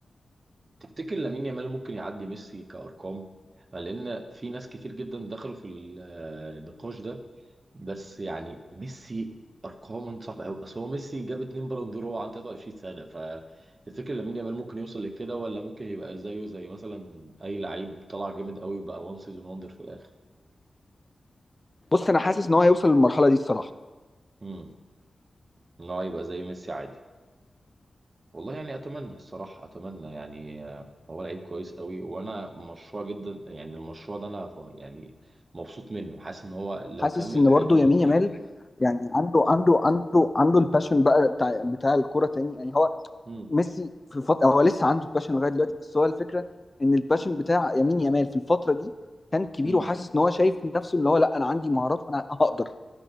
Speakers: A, on the right; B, on the left.
A: تفتكر لامين يامال ممكن يعدي ميسي كارقام لان في ناس كتير جدا دخلوا في ال- آه، النقاش ده بس يعني ميسي ارقام صعبه قوي اصل هو ميسي جاب اتنين بالون دور وهو عنده 23 سنه فتفتكر لامين يامال ممكن يوصل لكده ولا ممكن يبقى زيه زي مثلا اي لعيب طلع جامد قوي بقى وان سيزون وندر في الاخر
B: بص انا حاسس ان هو هيوصل للمرحله دي الصراحه
A: امم ان هو يبقى زي ميسي عادي والله يعني اتمنى الصراحه اتمنى يعني آه، هو لعيب كويس قوي وانا مشروع جدا يعني المشروع ده انا ف- يعني مبسوط منه حاسس ان هو لو
B: حاسس
A: كمل
B: ان
A: هيجي
B: برضه
A: منه
B: يمين
A: كتير
B: يامال يعني عنده عنده عنده عنده الباشن بقى بتاع بتاع الكوره تاني يعني هو
A: امم
B: ميسي في الفتره هو لسه عنده الباشن لغايه دلوقتي بس هو الفكره ان الباشن بتاع يمين يامال في الفتره دي كان كبير
A: امم
B: وحاسس ان هو شايف نفسه اللي هو لا انا عندي مهارات وانا هقدر